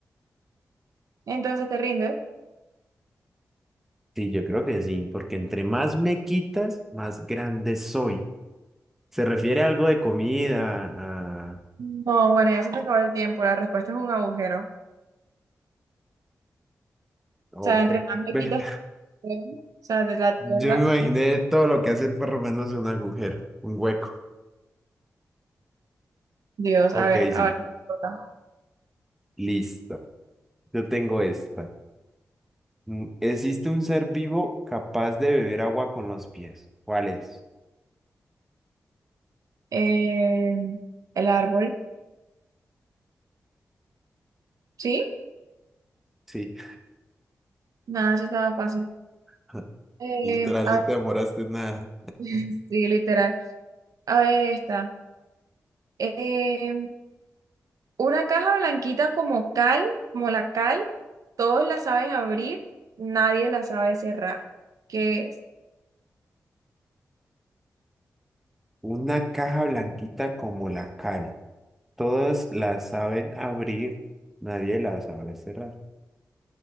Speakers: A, on the right; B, in the centre.
A: Entonces, ¿te rindes?
B: Sí, yo creo que sí, porque entre más me quitas, más grande soy. ¿Se refiere a algo de comida? A...
A: No, bueno, ya se te acabó el tiempo. La respuesta es un agujero. O
B: Ok.
A: sea, entre más me
B: Ve,
A: quitas, tu agujero o sea, de la tierra.
B: Yo me imaginé todo lo que hace el perro menos un agujero, un hueco.
A: Dios,
B: Ok,
A: a ver, ahora
B: sí,
A: te toca.
B: listo. Yo tengo esta. Mm, ¿Existe un ser vivo capaz de beber agua con los pies? ¿Cuál es?
A: Eh, el árbol, ¿sí?
B: Sí,
A: Nada, eso estaba fácil.
B: <laughs>
A: Eh,
B: literal,
A: a-
B: no te demoraste nada.
A: <laughs> sí, literal. A ver, esta. Eh, una caja blanquita como cal, como la cal, todos la saben abrir, nadie la sabe cerrar. ¿Qué es?
B: Una caja blanquita como la cal. Todas la saben abrir, nadie la sabe cerrar.